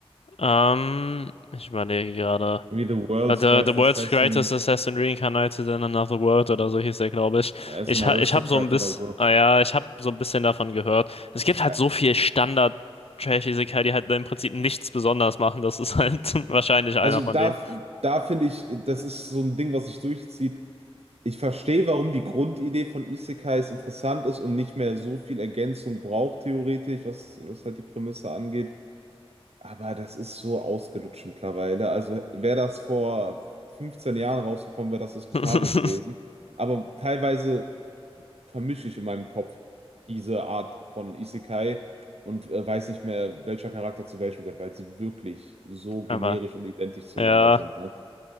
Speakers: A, on the left; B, on the right.
A: Ähm, ich überlege gerade.
B: Wie The World's
A: Äh, The,
B: Best
A: the World's
B: Assassin,
A: Greatest Assassin Reincarnated in Another World oder so hieß der, glaube ich.
B: er ist
A: Ich,
B: ein Aristocrat
A: ha- ich habe so ein bisschen,
B: oder so.
A: ah ja, ich habe so ein bisschen davon gehört. Es gibt halt
B: Ä-
A: so viel Standard-Trash-Isekai, die halt im Prinzip nichts besonders machen. Das ist halt <laughs> wahrscheinlich einer
B: Also
A: von
B: da,
A: denen.
B: da finde ich, das ist so ein Ding, was sich durchzieht. Ich verstehe, warum die Grundidee von Isekais interessant ist und nicht mehr so viel Ergänzung braucht, theoretisch, was, was halt die Prämisse angeht. Aber das ist so ausgelutscht mittlerweile. Also wäre das vor 15 Jahren rausgekommen, wäre das diskutabel
A: <laughs>
B: gewesen. Aber teilweise vermische ich in meinem Kopf diese Art von Isekai und äh, weiß nicht mehr, welcher Charakter zu welchem gehört, weil sie wirklich so generisch
A: Aber
B: und identisch zueinander
A: ja,
B: sind. Ne?